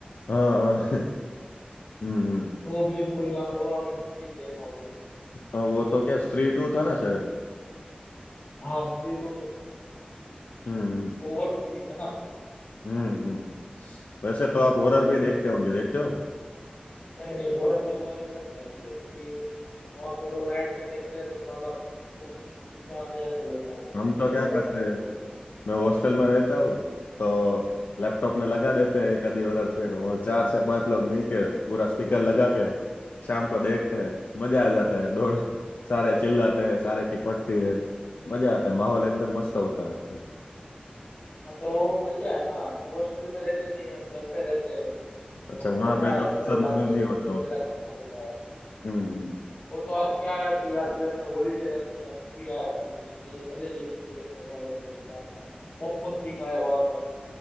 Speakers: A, on the left (about 75°); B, on the left (about 50°).
A: हाँ हाँ <laughs> हम्म हम्म
B: वो भी मूवी वो आपने म्यूजिक देखा होगा
A: हाँ, वो तो क्या स्त्री टू था ना शायद
B: हाँ स्त्री टू में music था।
A: हम्म हम्म
B: वो हॉट मूवी था ना पूरा
A: हम्म हम्म। वैसे तो आप हॉरर भी देखते होंगे देखते हो
B: नहीं नहीं हॉरर में हमारी फट जाती है क्योंकि वहां पर वो नाइट में देखते हैं तो साला भूत भी पीछे आ गया ऐसा लगता है तो
A: हम
B: इसलिए
A: तो क्या
B: हॉरर
A: करते
B: शो नहीं
A: हैं
B: देखते
A: मैं हॉस्टल में रहता हूँ तो लैपटॉप में लगा देते हैं एक आधी हॉरर फिल्म वो चार से पांच लोग मिलके पूरा स्पीकर लगा के शाम को देखते हैं मजा आ जाता है दो <laughs> सारे चिल्लाते हैं सारे की फटती है मजा आता है माहौल एकदम मस्त होता है
B: हाँ तो बढ़िया है ना हम हॉस्टल में रहते नहीं हम घर पे रहते हैं तो
A: अच्छा
B: हमको
A: वहां
B: क्या
A: पे
B: है
A: तो
B: सुबह
A: सब
B: जाके
A: मजा नहीं
B: नौकरी
A: होता होगा
B: वगैरह करना रहता है
A: हम्म
B: वो तो आज क्या है कि आज हमने हॉलीडे रखी है मूवी आया था तो इसलिए चले गए मूवी देखने वालों के साथ पॉपकॉर्न भी खाया वहां पर